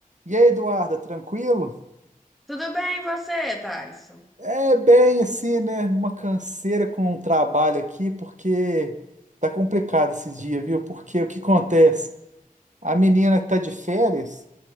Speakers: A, on the right (about 55°); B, in the centre.
A: E aí, Eduarda, tranquilo?
B: Tudo bem, você, Thalisson?
A: É bem assim, né? Numa canseira com o trabalho aqui, porque tá complicado esses dias, viu? Porque o que acontece? A menina tá de férias